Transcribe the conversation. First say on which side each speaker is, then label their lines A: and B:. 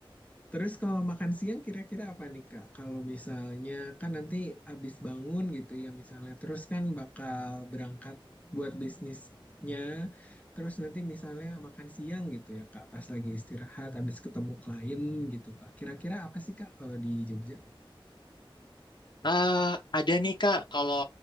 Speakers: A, on the left; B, on the left.
A: Terus kalau makan siang kira-kira apa nih Kak? Kalau misalnya kan nanti abis bangun gitu ya misalnya terus kan bakal berangkat buat bisnisnya. Terus nanti misalnya makan siang gitu ya Kak, pas lagi istirahat abis ketemu klien gitu Kak. Kira-kira apa sih Kak kalau di Jogja?
B: Eh, ada nih Kak, kalau